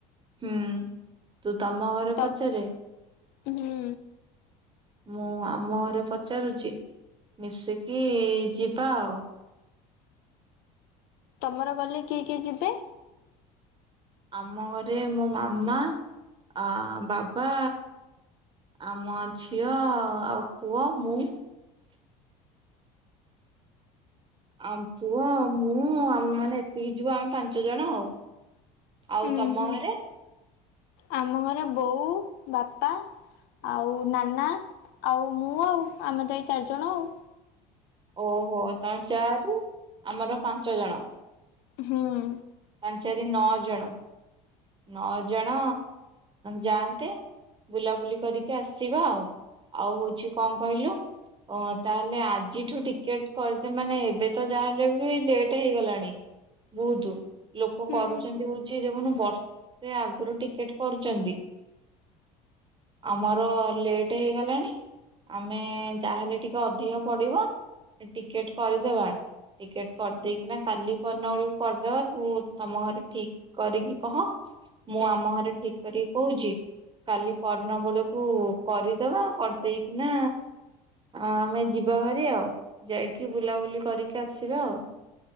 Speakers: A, on the right; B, on the left.
A: ହୁଁ, ତୁ ତମ ଘରେ
B: ତ
A: ପଚାରେ
B: ହୁଁ।
A: ମୁଁ ଆମ ଘରେ ପଚାରୁଛି ମିଶିକି ଯିବା ଆଉ।
B: ତମର ଗଲେ କିଏ କିଏ ଯିବେ?
A: ଆମ ଘରେ ମୋ ମାମା, ଆ ବାବା, ଆମ ଝିଅ, ଆଉ ପୁଅ ମୁଁ ଆମ ପୁଅ ମୁଁ ଆମେ ମାନେ ଏତିକି ଯିବ ଆମେ ପାଞ୍ଚ ଜଣ ଆଉ ଆଉ
B: ଉଁ
A: ତମ
B: ହୁଁ।
A: ଘରେ
B: ଆମ ଘରେ ବୋଉ, ବାପା, ଆଉ ନାନା, ଆଉ ମୁଁ ଆଉ ଆମେ ତ ଏଇ ଚାରିଜଣ ଆଉ।
A: ଓହୋ ତମେ ଚାରି ଆମର ପାଞ୍ଚ ଜଣ
B: ହୁଁ
A: ପାଞ୍ଚଚାରି ନଅ ଜଣ ନଅ ଜଣ ଯାଆନ୍ତେ ବୁଲାବୁଲି କରିକି ଆସିବା ଆଉ, ଆଉ ହଉଛି କଣ କହିଲୁ ତାହେଲେ ଆଜିଠୁ ଟିକେଟ କରିଦେ ମାନେ ଏବେ ତ ଯାହାହେଲେ ବି ଲେଟ୍ ହେଇଗଲାଣି ବହୁତ ଲୋକ
B: ହୁଁ
A: କରୁଛନ୍ତି ହଉଛି ଦେନୁ ବର୍ଷ ସେ ଆଗରୁ ଟିକେଟ କରୁଛନ୍ତି, ଆମର ଲେଟ ହେଇଗଲାଣି ଆମେ ଯାହେଲେ ଟିକେ ଅଧିକ ପଡିବ ଟିକେଟ କରିଦବା ଟିକେଟ କରିଦେଇକିନା କାଲି ପନ ବଳକୁ କରିଦବା ତୁ ତମ ଘରେ ଠିକ କରିକି କହ? ମୁଁ ଆମ ଘରେ ଠିକ କରିକି କହୁଛି କାଲି ପରଦିନ ବେଳକୁ କରିଦବା କରିଦେଇକିନା ଆମେ ଯିବା ଭରି ଆଉ ଯାଇକି ବୁଲାବୁଲି କରିକି ଆସିବା ଆଉ